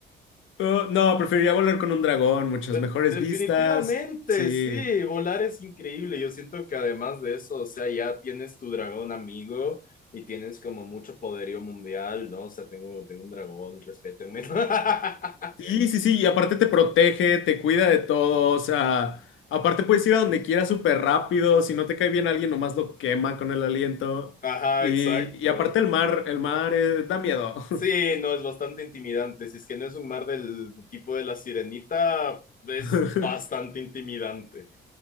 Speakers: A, on the left; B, on the left.
A: Uh, no, preferiría volar con un dragón, muchas
B: De-
A: mejores
B: definitivamente,
A: vistas. Sí.
B: sí, volar es increíble. Yo siento que además de eso, o sea, ya tienes tu dragón amigo y tienes como mucho poderío mundial, ¿no? O sea, tengo, tengo un dragón, respétenme. <laughs>
A: Sí, sí, sí, y aparte te protege, te cuida de todo, o sea, aparte puedes ir a donde quieras súper rápido, si no te cae bien alguien, nomás lo quema con el aliento.
B: Ajá,
A: Y,
B: exacto.
A: y aparte el mar, el mar eh, da miedo.
B: Sí, no, es bastante intimidante. Si es que no es un mar del tipo de la sirenita, es
A: <laughs>
B: bastante intimidante.